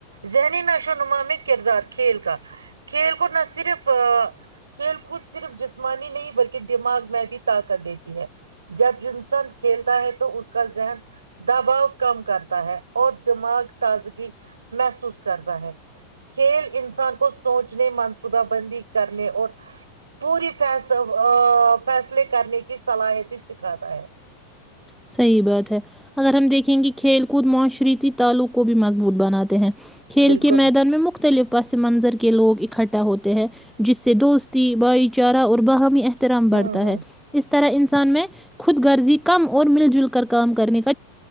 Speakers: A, on the right; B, in the centre.
A: ذہنی نشو و نما میں کردار کھیل کا کھیل کو نہ صرف کھیل کوود صرف جسمانی نہیں بلکہ دماغ میں بھی طاقت دیتی ہے جب انسان کھیلتا ہے تو اس کا ذہن دباؤ کم کرتا ہے اور دماغ تازگی محسوس کرتا ہے کھیل انسان کو سوچنے منصوبہ بندی کرنے اور پوری فی فیصلے کرنے کی صلاحیتی سکھاتا ہے
B: صحیح بات ہے اگر ہم دیکھیں گے کھیل کود معاشرتی تعلق کو بھی مضبوط بناتے ہیں کھیل
A: بالکل
B: کے میدان میں مختلف پس منظر کے لوگ اکٹھا ہوتے ہیں جس سے دوستی بھائی چارہ اور باہمی رم بڑھتا
A: ہوں ہوں
B: ہے اس طرح انسان میں خود غرضی کم اور مل جل کر کام کرنے کے